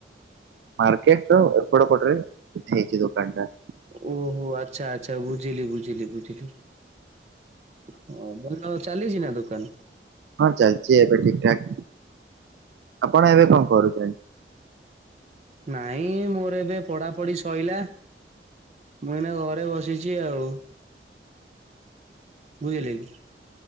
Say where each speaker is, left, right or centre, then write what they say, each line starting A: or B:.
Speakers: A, on the right (about 80°); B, on the right (about 40°).
A: ମାର୍କେଟର ଓପର ପଟରେ ହେଇଚି ଦୋକାନଟା।
B: ଓହୋ ଆଚ୍ଛା ଆଚ୍ଛା ବୁଝିଲି ବୁଝିଲି ବୁଝିଲି ହଁ ଭଲ ଅ ଚାଲିଚି ନା ଦୋକାନ?
A: ହଁ ଚାଲଚି ଏବେ ଠିକଠାକ୍ ଆପଣ ଏବେ କଣ କରୁଚନ୍ତି?
B: ନାଇଁ ମୋର ଏବେ ପଢାପଢି ସଇଲା। ମୁ ଏଇନା ଘରେ ବସିଚି ଆଉ। ବୁଝିଲେକି?